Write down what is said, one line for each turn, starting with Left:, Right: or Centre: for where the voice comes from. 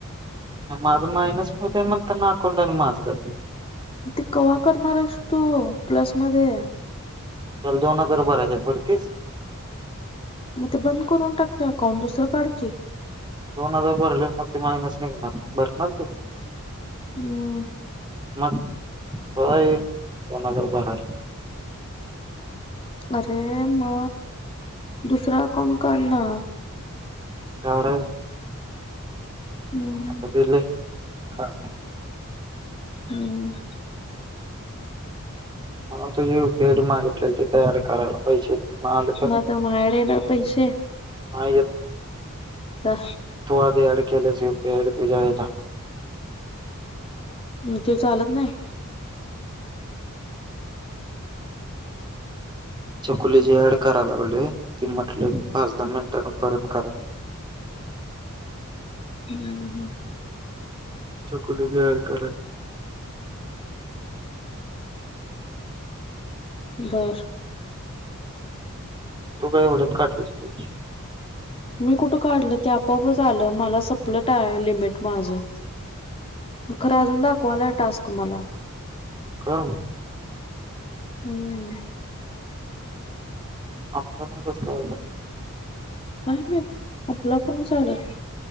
Right: माझं मायनस होतय म्हणताना <unintelligible>
Left: ते कव्हा करणार आहेस तु प्लस मध्ये
Right: बरं दोन हजार बरायच्यात भरतीस
Left: मग ते बंद करून टाक की अकाउंट दुसरं काढ की
Right: दोन हजार भरले मग ते मायनस निघणार भरणार तू
Left: हम्म
Right: मग होय दोन हजार भराय
Left: अरे म दुसरा अकाउंट काढ ना.
Right: झाडं
Left: हम्म
Right: आता तर लय काम
Left: हम्म-
Right: म्हणून तर, यू पि आय मागितलं तयार करायला. पैसे नाय आले तर?
Left: मग आता माझ्याकडे येणार पैसे
Right: हा येत
Left: का
Right: तू आधी ऍड केलेल पेड तुझे आले का?
Left: हम ते चालत नाय?
Right: चकुली जी ऍड करा लागल रे, ती म्हटली पाच दहा मिनटांनी परत करा.
Left: हम हम.
Right: चकुली बी ॲड करेल.
Left: बर
Right: तू काध डत <unintelligible> काठलीस पाहिजे.
Left: मी कुठं काढलं ते आपोआप आलं, मला संपलं आहे लिमिट माझं खर अजून दाखवाला टास्क मला.
Right: काम
Left: हम.
Right: आपलं म कस कलाल?
Left: काय माहिती कुठला पण नाय चालत.